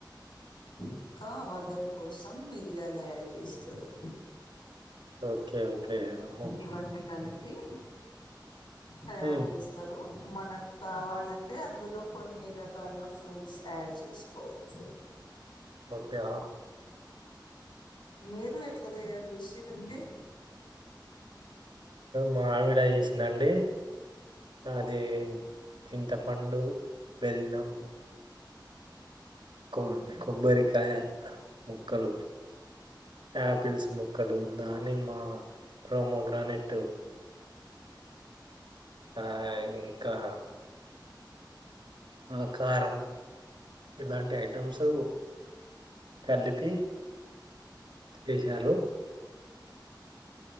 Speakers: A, on the left; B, on the right.
A: ఇంకా వగరు కోసం మిరియాలు యాడ్ చేస్తారు
B: ఓకే ఓకే ఆహా
A: ఇవన్నీ కలిపి రీ తయరు
B: ఉమ్
A: చేస్తారు మనకు కావాలంటే అందులో కొన్ని రకాల ఫ్రూట్స్ యాడ్ చేసుకోవచ్చు
B: ఒకే
A: మీరు ఎట్లా తయారు చేసే తంది
B: మా ఆవిడ చేసిందండి అది చింతపండు బెల్లం కొ కొబ్బరికాయ ముక్కలు యాపిల్స్ ముక్కలు దానిమ్మ ప్రోమో గ్రనెట్ ఆ ఇంకా ఆకారం ఇలాంటి ఐటమ్స్ కలిపి చేశారు